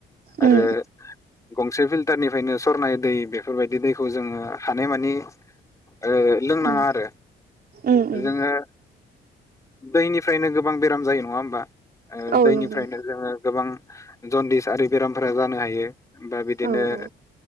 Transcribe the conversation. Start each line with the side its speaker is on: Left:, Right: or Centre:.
Right: उम
Left: आरो गंसे फिल्टारनिफ्रायनो सरनाय दै बेफोरबायदि दैखौ जोङो हानायमानि ओ लोंनाङा
Right: उम उम
Left: आरो
Right: उम उम
Left: जोङो दैनिफ्रायनो गोबां बेराम जायो नङा होमबा ओ
Right: औ
Left: दैनिफ्रायनो
Right: नंगौ
Left: जोङो गोबां जन्दिस आरि बेरामफोरा जानो हायो बा बिदिनो
Right: औ औ